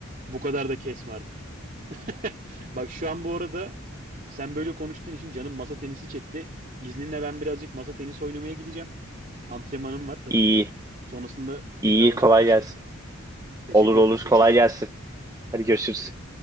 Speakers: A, on the right; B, on the right.
A: Bu kadar da kesme artık. <laughs> Bak şu an bu arada sen böyle konuştuğun için canım masa tenisi çekti. İzninle ben birazcık masa tenisi oynamaya gideceğim. Antrenmanım var takımla.
B: İyi.
A: Sonrasında
B: İyi.
A: tekrardan
B: Kolay
A: haberleşelim.
B: gelsin.
A: Teşekkür
B: Olur olur.
A: ettim. Görüşürüz.
B: Kolay gelsin. Hadi görüşürüz.